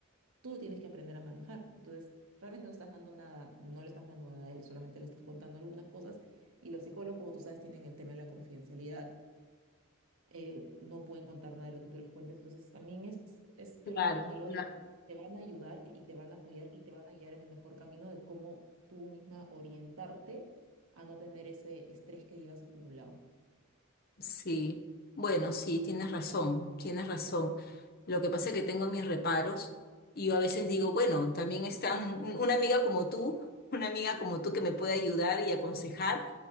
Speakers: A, on the right; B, on the left.
A: tú lo tienes que aprender a manejar. Entonces, realmente no estás dando nada, no le estás dando nada a él, solamente le estás contando algunas cosas y los psicólogos, como tú sabes, tienen el tema de la confidencialidad eh, no pueden contar nada de lo que tú les cuentes. Entonces, también es, es, yo
B: Claro,
A: lo veo como algo
B: claro.
A: de, te van a ayudar y te van a apoyar y te van a guiar en el mejor camino de cómo tú misma orientarte a no tener ese estrés que llevas acumulado.
B: Sí, bueno, sí, tienes razón, tienes razón. Lo que pasa es que tengo mis reparos y yo a veces digo, bueno, también está un- un- una amiga como tú, una amiga como tú que me puede ayudar y aconsejar,